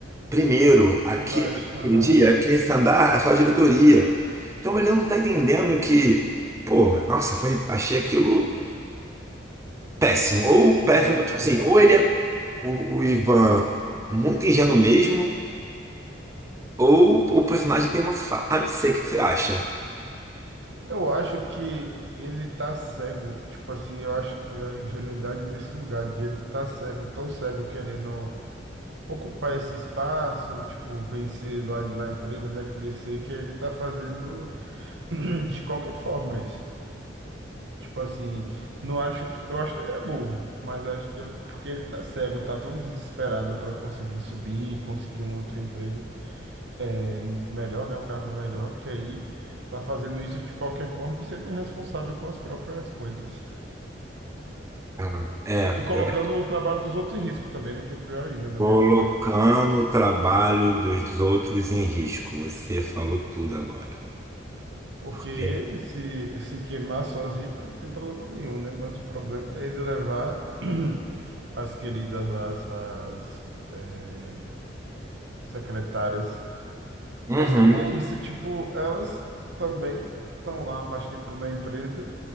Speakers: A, on the right (about 15°); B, on the right (about 70°).
A: Primeiro, aqui,
B: De baixo,
A: aquele
B: aham.
A: dia, aqui esse andar é só a diretoria. Então ele não tá entendendo que, pô, nossa, foi, achei aquilo péssimo. Ou péssimo,
B: Molecagem.
A: tipo assim, ou ele é o, o Ivan muito ingênuo mesmo, ou o personagem tem uma fa... Ah, não sei o que que você acha.
B: Eu acho que ele tá cego. Tipo assim, eu acho que a ingenuidade nesse lugar, de ele tá cego, tão cego, querendo ocupar esse espaço, tipo, vencer lá na empresa, né? Crescer, que ele tá fazendo <clears throat> de qualquer forma isso. Tipo assim, não acho que. Eu acho que ele é burro, mas eu acho que é porque ele tá cego, tá tão desesperado para conseguir subir, conseguir um outro emprego. é melhor, né? Um cargo melhor, que aí tá fazendo isso de qualquer <laughs> forma e sendo irresponsável com as próprias coisas.
A: Ah, É,
B: E colocando
A: eu acho que
B: o trabalho dos outros em risco também, né? Que é pior ainda, na
A: colocando
B: minha opinião.
A: o trabalho dos outros em risco. Você falou tudo agora.
B: Porque
A: Porque...
B: ele se, se queimar sozinho não tem problema nenhum, né? Mas o problema é ele levar <clears throat> as queridas lá, as, as, eh, secretárias
A: Uhum,
B: Mas também é isso, tipo, elas também estão lá mais tempo na empresa,